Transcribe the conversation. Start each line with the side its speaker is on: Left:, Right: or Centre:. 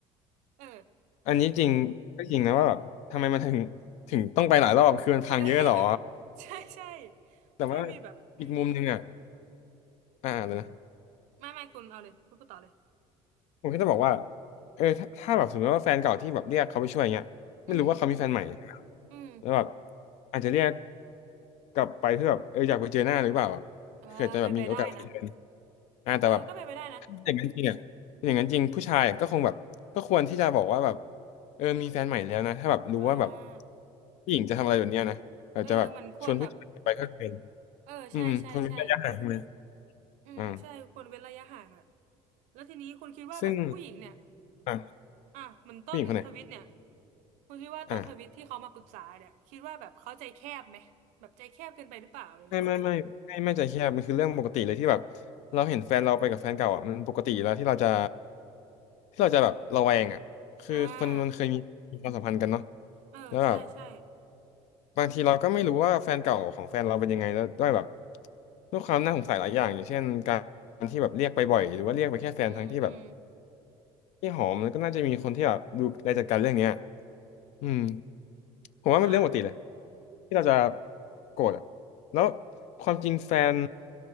Right: เออ
Left: อันนี้จริงก็จริงนะว่าแบบทำไมมันถึง
Right: อืมอืม
Left: ถึงต้องไปหลายรอบคือมันพังเยอะหรอ
Right: เออ <laughs> ใช่ใช่
Left: แต่ว่า
Right: มันก็มีแบบอืม
Left: อีกมุมหนึ่งอ่ะ อ่าเดี๋ยวนะ
Right: ไม่ไม่คุณเอาเลยคุณพูดต่อเลย
Left: ผมแค่จะบอกว่าเออถ้าถ้าแบบสมมติว่าแฟนเก่าที่แบบเรียกเขาไปช่วยเงี้ยไม่รู้ว่าเขามีแฟนใหม่
Right: อืมอืม
Left: แล้วแบบอาจจะเรียกกลับไปเพื่อแบบเอออยากไปเจอหน้าหรือเปล่าแบบ
Right: เออเป็นไปได้นะ
Left: เผื่อจะแบบมีโอกาสได้เจออ่าแต่แบบ
Right: เออก็เป็นไปได้นะ
Left: ถ้าอย่างนั้นจริงอ่ะถ้าอย่างนั้นจริงผู้ชายก็คงแบบก็ควรที่จะบอกว่าแบบเออมีแฟนใหม่แล้วนะถ้าแบบรู้ว่าแบบ
Right: อ่า
Left: ผู้หญิงจะทำอะไรแบบเนี้ยนะอาจจะแบบชวนผู้ชายไปก็เป็น
Right: เออมันควรแบบเออใช่ใช่ใช่
Left: อืมอืมคนเว้นระยะห่างใช่ไหม
Right: อืมใช่ควรเว้นระยะห่างอ่ะ
Left: อ่า
Right: แล้วทีนี้คุณคิดว่าแบบผู้หญิงเนี่ย
Left: ซึ่งอ่า
Right: อ่ะเหมือนต้นทวิตเนี่ย
Left: ผู้หญิงคนไหน
Right: คุณคิดว่าต้นทวิตที่เขามาปรึกษาเนี่ยคิดว่าแบบเขาใจแคบไหมแบบใจแคบเกินไปหรือเปล่าอะไรเงี้ย
Left: อ่า ไม่ไม่ไม่ไม่ไม่ใจแคบมันคือเรื่องปกติเลยที่แบบเราเห็นแฟนเราไปกับแฟนเก่าอ่ะมันปกติอยู่แล้วที่เราจะที่เราจะแบบระแวงอ่ะคือคนมันเคยมีมีความสัมพันธ์กันเนาะ
Right: อ่าเออใช่ใช่
Left: แล้วแบบบางทีเราก็ไม่รู้ว่าแฟนเก่าของแฟนเราเป็นยังไงแล้วด้วยแบบด้วยความน่าสงสัยหลายอย่างอย่างเช่นการที่แบบเรียกไปบ่อยหรือว่าเรียกไปแค่แฟนทั้งที่แบบ
Right: อืมอืม
Left: ที่หอมมันก็น่าจะมีคนที่แบบดูแลจัดการเรื่องเนี้ย อืมผมว่ามันเป็นเรื่องปกติเลย
Right: อ่า
Left: ที่เราจะโกรธอ่ะแล้วความจริงแฟน